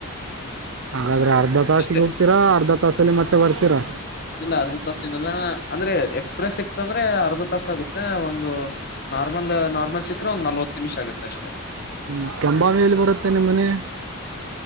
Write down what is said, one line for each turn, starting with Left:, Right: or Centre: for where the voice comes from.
Right: ಹಾಗಾದ್ರೆ ಅರ್ಧಾ ತಾಸಿಗೆ
Left: ಅಷ್ಟೇ
Right: ಹೋಗ್ತೀರಾ ಅರ್ಧಾ ತಾಸಲ್ಲಿ ಮತ್ತೆ ಬರ್ತೀರಾ.
Left: ಇಲ್ಲ ಅರ್ಧ ತಾಸ ಏನಲ್ಲ ಅಂದ್ರೆ ಎಕ್ಸ್ಪ್ರೆಸ್ ಸಿಕ್ತಂದ್ರೆ ಅರ್ಧಾ ತಾಸ ಆಗುತ್ತೆ ಒಂದು ನಾರ್ಮಲ್ ನಾರ್ಮಲ್ ಸಿಕ್ಕ್ರೆ ಒಂದ್ ನಲ್ವತ್ತ ನಿಮಿಷ ಆಗುತ್ತೆ ಅಷ್ಟೆ.
Right: ಹ್ಮ ಕೆಂಬಾವಿಯಲ್ಲಿ ಬರತೇ ನಿಮ್ ಮನಿ.